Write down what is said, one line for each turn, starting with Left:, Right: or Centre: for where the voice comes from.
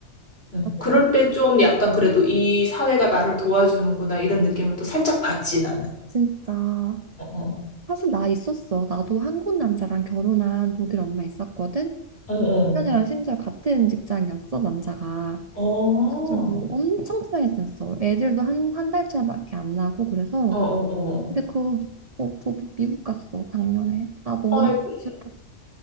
Left: 응.
Right: 나도
Left: 그럴
Right: 그
Left: 때 좀 약간 그래도 이 사회가 나를 도와주는구나 이런 느낌을 또 살짝 받지 나는.
Right: 진짜.
Left: 어,
Right: 사실 나 있었어. 나도 한국 남자랑 결혼한 독일 엄마 있었거든?
Left: 어, 어,
Right: 남편이랑 심지어 같은 직장이었어, 남자가.
Left: 어, 어,
Right: 가지고 엄청 친하게 지냈어. 애들도 한, 한 달 차이밖에 안 나고 그래서
Left: 어, 어.
Right: 근데 그 부- 부부 미국 갔어 작년에. 나 너무
Left: 어. 아이고,
Right: 슬펐